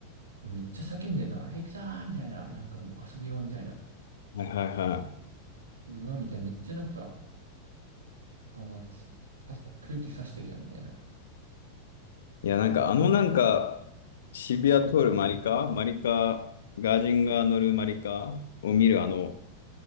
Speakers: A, on the right; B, on the left.
A: うめっちゃ叫んでんの。あ、行くぞーみたいな。なんかもう遊び場みたいな。
B: はいはいは
A: うわ、みたいな。めっちゃなんか、あの、すさ空気刺してるやん、みたいな。
B: い。いや、なんかあのなんか、渋谷通るマリカ、マリカ、ガージンが乗るマリカを見るあの